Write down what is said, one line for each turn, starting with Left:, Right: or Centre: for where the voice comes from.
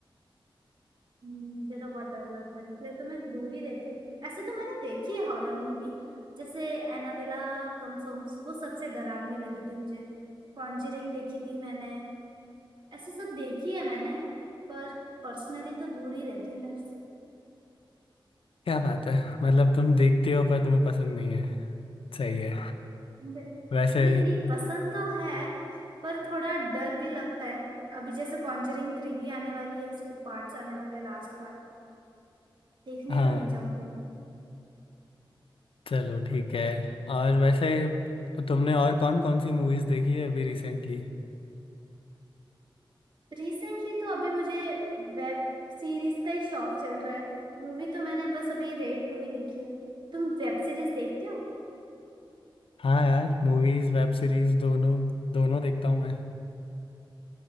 Right: हम्म, मुझे तो बहुत डर लगता है इसलिए तो मैं दूर ही रहती हूँ ऐसे तो मैंने देखी है हॉरर मूवी जैसे एनाबेला कमसोम्स वो सबसे डरावनी लगी थी मुझे कॉन्जरिंग देखी थी मैंने ऐसे सब देखी है मैंने पर पर्सनली तो दूर ही रहती हूँ मैं उससे
Left: क्या बात है मतलब तुम देखते हो पर तुम्हें पसंद नहीं है सही है
Right: बे-
Left: वैसे
Right: नहीं नहीं पसंद तो है पर थोड़ा डर भी लगता है अभी जैसे कॉन्जरिंग थ्री भी आने वाली है उसके पार्ट्स आने वाले हैं लास्ट पार्ट देखने
Left: हाँ
Right: तो नहीं जाऊंगी मैं
Left: चलो ठीक है और वैसे तुमने और कौन कौन सी मूवीज देखी है अभी रिसेंटली
Right: रिसेंटली तो अभी मुझे वेब सीरीज का ही शौक चल रहा है मूवी तो मैंने बस अभी रेड टू ही देखी है तुम वेब सीरीज देखते हो
Left: हाँ यार मूवीज वेब सीरीज दोनों दोनों देखता हूँ मैं